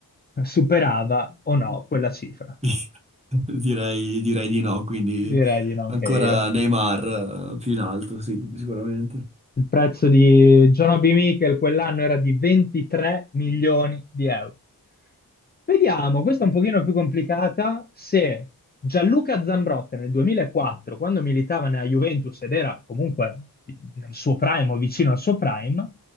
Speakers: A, on the left (about 25°); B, on the right (about 15°).
A: superava o no quella cifra.
B: <laughs> Direi, direi di no, quindi
A: Direi di no anche
B: ancora
A: io.
B: Neymar eh, più in alto, sì, sicuramente.
A: Il prezzo di Jonah B. Michael quell'anno era di 23 milioni di euro. Vediamo, questa è un pochino più complicata, se Gianluca Zambrotta nel 2004, quando militava nella Juventus ed era comunque nel suo prime o vicino al suo prime,